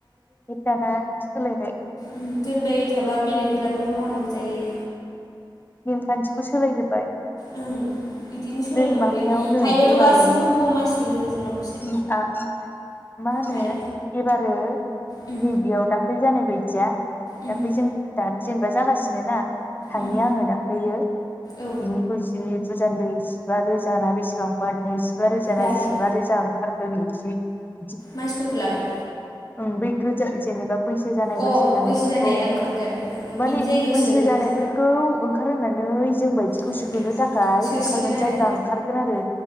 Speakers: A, on the left; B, on the left.
A: <unintelligible> दाना सोलायबाय।
B: अम दोनबाय थाबा बेलेगफोराबो मावनांगौ जायो
A: नेमखान्थिखौ सोलायजोबबाय।
B: अम इदिनो सोलायनांगौलै
A: नै माबायाव नै
B: हायोबाथ'
A: एबारो
B: गासिनबो हौवा मानसिखौनो होजोबनांगौसो।
A: उम आ मा होनो
B: मारै
A: एबारो
B: उम
A: नैबेयाव दा ख्लै जानाय बायदिया
B: उम
A: दाख्लै जों दाद जेनेबा जागासिनो ना थांनि
B: उम
A: आङो दाख्लैयो
B: औ
A: बिनिखौ जि बुजा नु जिबा रोजाना बेसेबांबा नैजिबा रोजाना
B: लादों
A: जिबा रोजा ओंखारगोन इदि
B: मानसिफोरखौ लादो
A: उम बै गोजा जेनेबा बैसो जानाय
B: अ
A: बैसो जानायफोरखौ
B: जानाया ओंखारगोन
A: माने
B: बिनि जायगायाव
A: बैसो
B: सोगोन
A: जानायफोर
B: ना
A: खौ ओंखारहोनानै जों बायदिखौ
B: उम
A: सोनो थाखाय
B: सोसिगोन
A: ओंखारगोन
B: आरो
A: जायगा ओंखारगोन आरो